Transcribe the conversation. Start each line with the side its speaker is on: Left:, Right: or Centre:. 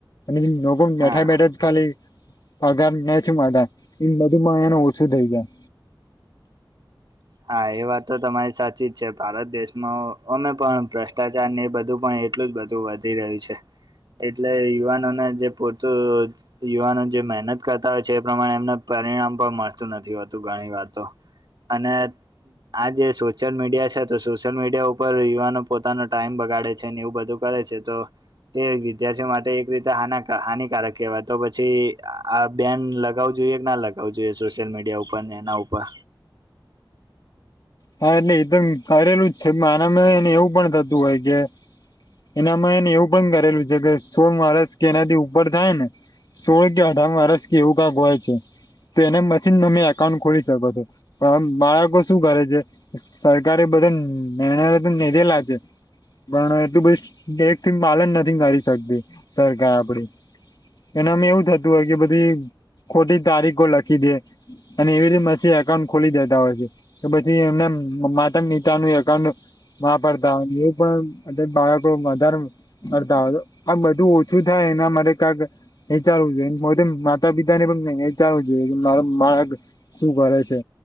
Left: અને લોકો બેઠા
Right: હા
Left: બેઠા જ ખાલી પગાર મેચમાં નદીમાં હેને ઓછો થઈ જાય.
Right: હા એ વાત તો તમારી સાચી જ છે ભારત દેશમાં અમે પણ ભ્રષ્ટાચાર ને એ બધું પણ. એટલું જ બધું વધી રહ્યું છે એટલે યુવાનોને જે પરતું રોજ યુવાનો જે મહેનત કરતા હોય છે એ પ્રમાણે એમને પરિણામ પણ મળતું નથી હોતું ઘણી વાર તો. અને. આ જે સોશિયલ મીડિયા છે તો સોશિયલ મીડિયા ઉપર યુવાનો પોતાનો ટાઈમ બગાડે છે ને એવું બધું. કરે છે તો. તે વિદ્યાર્થીઓ માટે એક રીતે હના હાનિકારક કહેવાય તો પછી આ બેન. લગાવું જોઈએ કે ના લગાવું જોઈએ સોશિયલ મીડિયા ઉપર ને એના ઉપર.
Left: હા એટલે એદમ કરેલું જ છે આનામાં એને એવું પણ થતું હોય છે એનામાં એને એવું પણ કરેલું છે કે સોમવારસ કે એનાથી ઉપર થાય ને. સોળ કે અઢારમાં વર્સ કે એવું કાક હોય છે. તો એના પછીન તમે એકાઉન્ટ ખોલી શકો છો પણ આમ બાળકો શું કરે છે. સરકારે બધા નિણ તો લીધેલા છે. પણ એટલું બધી એક થી પાલન નથી કરી શકતી સરકાર આપડી. એનામાં એવું થતું હોય કે બધી ખોટી તારીખો લખી દે. અને એવી રીતે મછી એકાઉન્ટ ખોલી દેતા હોય છે. તો પછી એમને મા નીતાનું એકાઉન્ટ. મા પડતા એવું પણ બાળકો મધાર. કરવા હોય છે પર બધું ઓછું થાય એના માટેરે કક. એ ચાલવું જોઈએરે માતા પિતા ને પણ ચાલવું જોઈએ મા મા. શું કરે છે